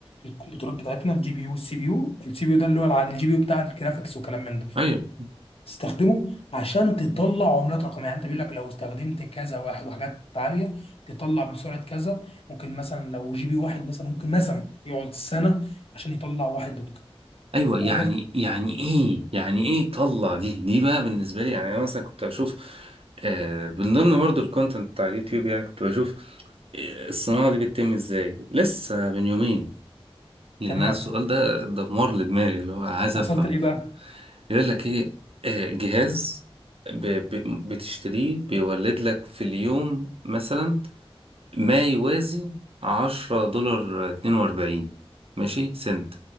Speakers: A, on the left (about 65°); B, on the right (about 65°).
A: الكمبيوترات بتاعتنا الجي بي يو والسي بي يو السي بي يو ده اللي هو العادي الجي بي يو بتاع الجرافيكس وكلام من ده
B: ايوه
A: تستخدمه عشان تطلع عملات رقميه يعني انت بيقول لك لو استخدمت كذا واحد وحاجات عاليه تطلع بسرعه كذا ممكن مثلا لو جي بي واحد مثلا ممكن مثلا يقعد سنه عشان يطلع واحد بتقييم
B: ايوه يعني
A: وده في-
B: يعني ايه يعني ايه طلع دي دي بقى بالنسبة لي يعني انا مثلا كنت اشوف آه من ضمن برضو الكونتنت بتاع اليوتيوب يعني كنت بشوف آه، الصناعة دي بتتم ازاي لسه من يومين لان
A: تمام
B: أنا السؤال ده دمار لدماغي اللي هو أنا عايز
A: وصلت
B: افهم
A: لايه بقى؟
B: يقول لك ايه آه، جهاز ب... ب... بتشتريه بيولد لك في اليوم مثلا ما يوازي 10 دولار 42 ماشي سنت